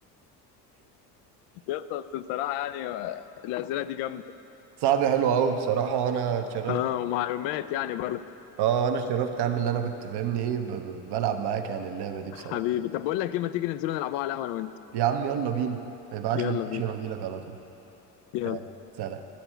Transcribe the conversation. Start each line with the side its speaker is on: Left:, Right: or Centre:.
Left: يا اسطى بس بصراحة يعني آه، الأسئلة دي جامدة
Right: <laughs> صعب حلو قوي بصراحة وانا اتشرفت
Left: اه ومعلومات يعني برضه
Right: اه انا اتشرفت يا عم اللي انا كنت فاهمني ايه ب- ب- بلعب معاك يعني اللعبة دي بصراحة
Left: حبيبي طب بقول لك ايه ما تيجي ننزلوا نلعبوها على القهوة انا وانت
Right: يا عم يلا بينا ابعت
Left: يلا
Right: لي اللوكيشن
Left: بينا
Right: واجي لك على طول
Left: يلا
Right: يلا سلام